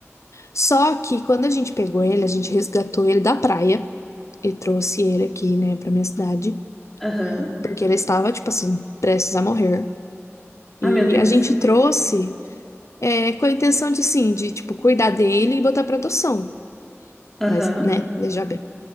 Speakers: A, on the left; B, in the centre.
A: Só que quando a gente pegou ele, a gente resgatou ele da praia e trouxe ele aqui, né, pra minha cidade,
B: aham.
A: porque ele estava, tipo assim, prestes a morrer.
B: ah
A: E
B: meu Deus.
A: a gente trouxe é, com a intenção de, sim, de, tipo, cuidar dele e botar pra adoção.
B: Aham,
A: Mas, né, veja bem.